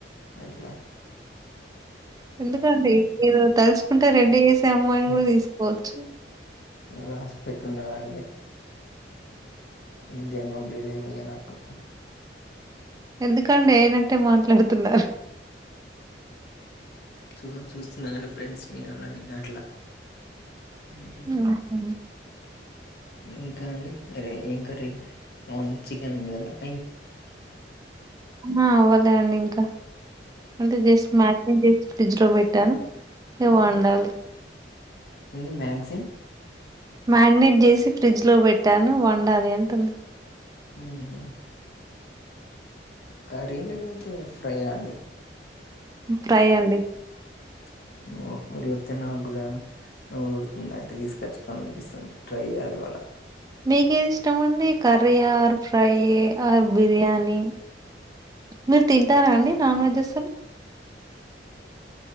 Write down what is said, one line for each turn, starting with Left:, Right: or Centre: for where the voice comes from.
Left: అట్లా
Right: ఎందుకండి మీరు తలుచూకుంటే రెండు వేసే అమ్మాయిని
Left: ఉమ్.
Right: కూడా తీసుకోవచ్చు
Left: రాసి పెటుండాలి అండీ ఈ జన్మకు లేదేమొ ఇగ నాకు
Right: ఎందుకండి అయినట్టే మాట్లాడుతున్నారు
Left: చూ చూస్తున్నా కదా అండీ ఫ్రెండ్స్ ని అలాని అట్లా ఉమ్,
Right: ఉ హు
Left: ఇంకా అండి సరే ఎం కర్రీ <unintelligible> చికెన్ ఉంది <unintelligible>
Right: ఆ అవ్వలే అండి ఇంకా అంటే జస్ట్ మ్యా <unintelligible> ఫ్రిడ్జ్ లో పెట్టాను ఇగ వండాలి
Left: ఏంది మ్యాగ్జీన్
Right: మ్యారినేట్ చేసి ఫ్రిడ్జ్ లో పెట్టాను వండాలి అంటున్నా
Left: హ్మ్ కర్రీ లేకపోతే ఫ్రై అండి
Right: ఫ్రై అండి
Left: <unintelligible> నాకు కూడా నువ్వు ఉఊడుతుందంటే తీసుకొచ్చు కనిపిస్తుంది ట్రై చేయాలి ఇవాళ
Right: మీకేది ఇష్టమ అండి curry or fry or biryani మీరు తింటారా అండి నాన్ వెజ్ అసలు